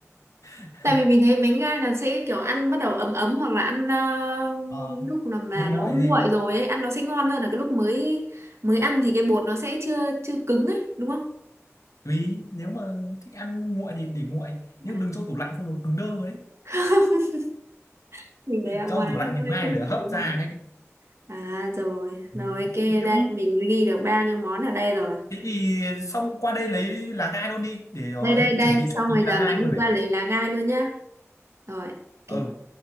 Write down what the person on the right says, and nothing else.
tại vì mình thấy bánh gai là sẽ kiểu ăn bắt đầu ấm ấm hoặc là ăn ờ,
lúc là mà
nó
nguội
rồi ấy ăn nó sẽ ngon hơn là cái lúc mới mới ăn thì cái bột nó sẽ chưa chưa cứng ấy đúng không
à,
<laughs> mình để ở
ngoài
thôi
không
sao
phải
lạnh
à rồi rồi
ok
đây mình ghi được bao nhiêu món ở đây rồi
đây đây đây
xong
rồi
giờ
mình
đi
qua lấy lá gai luôn nhá rồi ok